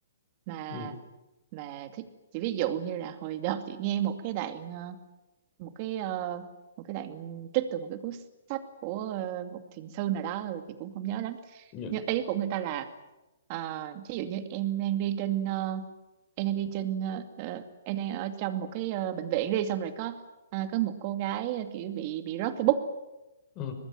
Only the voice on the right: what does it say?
mà
mà thích chỉ ví dụ như là hồi đợt chị nghe một cái đoạn ờ, một cái ờ, một cái đoạn trích từ một cái cuốn sách của ờ, một thiền sư nào đó rồi chị cũng không nhớ lắm
nhưng ý của người ta là ờ, ví dụ như em đang đi trên ờ, em đang đi trên ờ, ờ, em đang ở trong một cái ờ, bệnh viện đi xong rồi có à, có một cô gái ờ, kiểu bị bị rớt cái bút